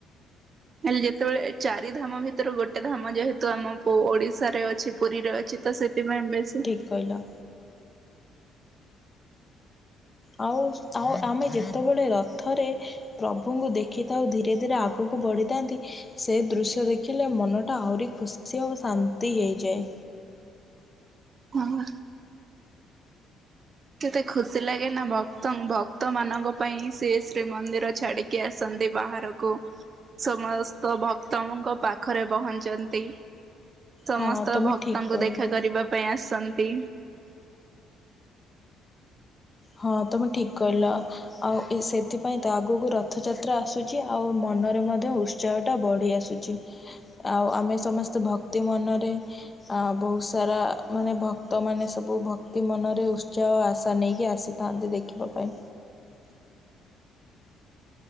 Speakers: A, on the right; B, on the left.
A: ହେଲେ ଯେତେବେଳେ ଏ ଚାରି ଧାମ ଭିତରୁ ଗୋଟେ ଧାମ ଯେହେତୁ ଆମ ଓ ଓଡିଶାରେ ଅ ଛି, ପୁରୀରେ ଅଛି ତ ସେଥିପାଇଁ ବେଶୀ
B: କଇଲ। ଆଉ ଆଉ ଆମେ ଯେତେବେଳେ ରଥରେ ପ୍ରଭୁଙ୍କୁ ଦେଖିଥାଉ ଧୀରେ ଧୀରେ ଆଗୁକୁ ବଢ଼ିଥାନ୍ତି ସେ ଦୃଶ୍ୟ ଦେଖିଲେ ମନଟା ଆହୁରି ଖୁସି ଆଉ ଶାନ୍ତି ହେଇଯାଏ।
A: ହଁ କେତେ ଖୁସି ଲାଗେ ନା ଭକ୍ତଂ ଭକ୍ତ ମାନଙ୍କ ପାଇଁ ସିଏ ଶ୍ରୀମନ୍ଦିର ଛାଡିକି ଆସନ୍ତି ବାହାର କୁ ସମସ୍ତ ଭକ୍ତଙ୍କ ପାଖରେ ପହଞ୍ଚନ୍ତି ସମସ୍ତ
B: ହଁ ତମେ
A: ଭକ୍ତଙ୍କୁ
B: ଠିକ୍ କହିଲ।
A: ଦେଖା କରିବା ପାଇଁ ଆସିନ୍ତି।
B: ହଁଅଁ ତମେ ଠିକ୍ କହିଲ। ଆଉ ଏ ସେଥିପାଇଁ ତ ଆଗୁକୁ ରଥଯାତ୍ରା ଆସୁଛି ଆଉ ମନରେ ମଧ୍ୟ ଉ ତ୍ସାହଟା ବଢ଼ି ଆସୁଛି। ଆଉ ଆମେ ସମେସ୍ତେ ଭକ୍ତି ମନରେ ଅ ବହୁତ୍ ସାରା ମାନେ ଭକ୍ତ ମାନେ ସବୁ ଭକ୍ତି ମନରେ ଉତ୍ସାହ ଆଶା ନେଇକି ଆସି ଥାନ୍ତି ଦେଖିବା ପାଇଁ।